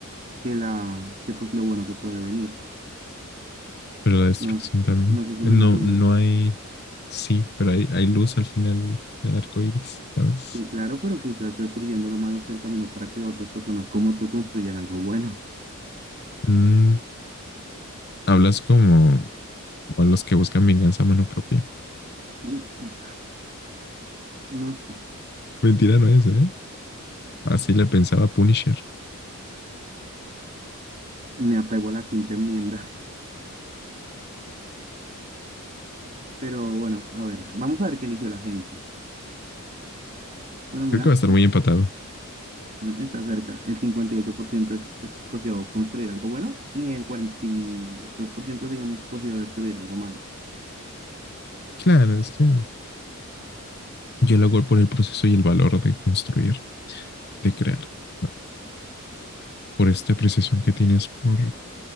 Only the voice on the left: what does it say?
pero la destrucción
también.
No,
no hay, sí, pero hay, hay luz al final del arco iris, ¿sabes?
Mm, hablas como, como los que buscan venganza a mano propia.
Mentira no es, ¿eh? Así le pensaba Punisher.
Creo que va a estar
muy empatado.
Claro, es que yo lo hago por el proceso y el valor de construir, de crear, ¿no? por esta apreciación que tienes por,